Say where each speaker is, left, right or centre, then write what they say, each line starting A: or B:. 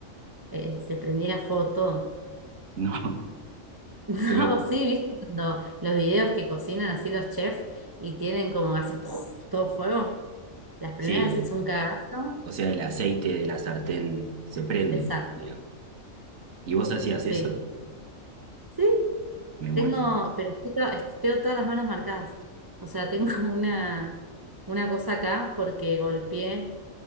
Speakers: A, on the right; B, on the right.
A: Eh, se prendía foto. <laughs>
B: no? <laughs>
A: No,
B: Pero
A: sí, viste, cuando los videos que cocinan así los chefs y tienen como hace ¡puf! todo fuego. Las primeras
B: sí, o,
A: veces es un cagazo.
B: o sea, el aceite de la sartén se prende,
A: Exacto.
B: digamos. ¿Y vos hacías
A: Sí.
B: eso?
A: Sí,
B: Me muero.
A: tengo, pero estoy to- est- tengo todas las manos marcadas. O sea, tengo <laughs> una, una cosa acá porque golpeé